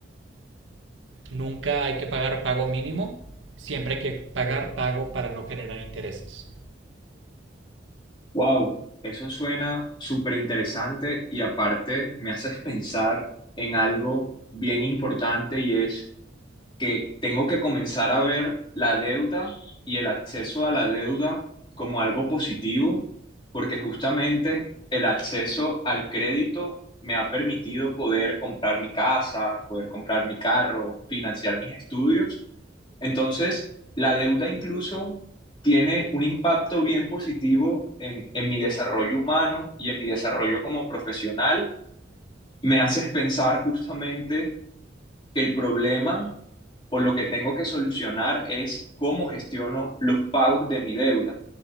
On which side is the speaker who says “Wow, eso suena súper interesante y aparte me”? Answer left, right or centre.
Left